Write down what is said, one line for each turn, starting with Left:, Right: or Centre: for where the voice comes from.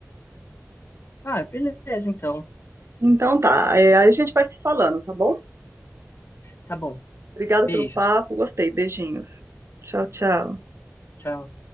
Left: Ah, beleza, então.
Right: Então tá, é, aí a gente vai se falando, tá bom?
Left: Tá bom.
Right: Obrigada
Left: Beijos.
Right: pelo papo, gostei, beijinhos. Tchau, tchau.
Left: Tchau.